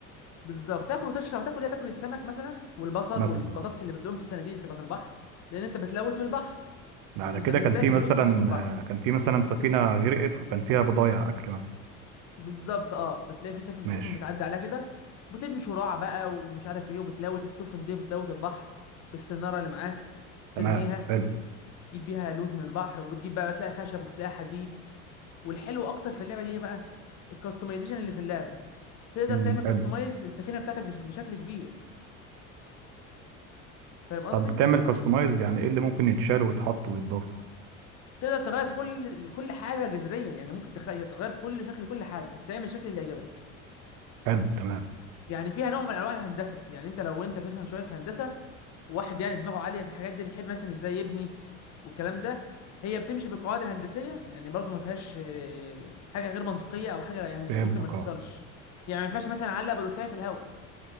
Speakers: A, on the left; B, on the right.
A: بالظبط تاكل وتشرب تاكل ايه تاكل السمك مثلا والبصل
B: مثلا
A: والبطاطس
B: اه.
A: اللي بتقوم في الصناديق اللي بتبقى في البحر لان انت بتلوت من البحر
B: على
A: انت
B: كده
A: بالنسبه
B: كان في
A: لك
B: مثلا
A: اللوت بيجي من البحر
B: آه، كان في مثلا سفينة غرقت وكان فيها بضايع اكل مثلا.
A: بالظبط اه بتلاقي في سفن
B: ماشي
A: سفن بتعدي عليها كده وتبني شراع بقى ومش عارف ايه وبتلوت السفن دي بتلوت البحر بالسناره اللي معاك
B: تمام
A: ترميها
B: حلو
A: تجيب بيها لوت من البحر وبتجيب بقى بتلاقي خشب وبتلاقي حديد والحلو اكتر في اللعبه دي ايه بقى الكاستمايزيشن اللي في اللعبه تقدر
B: امم
A: تعمل كاستمايز
B: حلو
A: للسفينه بتاعتك بش- بشكل كبير فاهم قصدي
B: طب تعمل كاستمايز يعني ايه اللي ممكن يتشال ويتحط ويتضاف
A: تقدر تغير في كل كل حاجه جذريا يعني ممكن تخ- يعني تغير كل شكل كل حاجه تعمل الشكل اللي يعجبك
B: حلو تمام
A: يعني فيها نوع من انواع الهندسه يعني انت لو انت بتفهم شويه في الهندسه واحد يعني دماغه عاليه في الحاجات دي بيحب مثلا ازاي يبني والكلام ده هي بتمشي بالقواعد الهندسيه يعني برضو ما فيهاش آه، حاجه غير منطقيه او حاجه يعني
B: فهمتك
A: ممكن ما تحصلش
B: اه
A: يعني ما ينفعش مثلا اعلق بلوكايه في الهواء